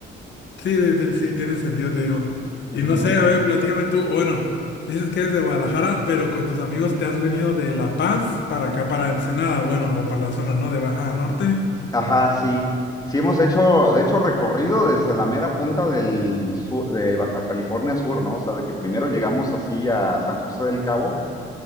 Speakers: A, on the left; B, on the left.
A: Sí, de- de- sí, tiene sentido, te digo.
B: Ujú.
A: Y no sé, a ver, platícame tú, bueno, dices que eres de Guadalajara, pero con tus amigos te has venido de La Paz para acá, para Ensenada, bueno, o por la zona, ¿no? De Baja Norte.
B: Ajá, sí. Sí hemos hecho, de hecho, recorrido desde la mera punta del su- de Baja California Sur, ¿no? O sea, de que primero llegamos así a San José del Cabo.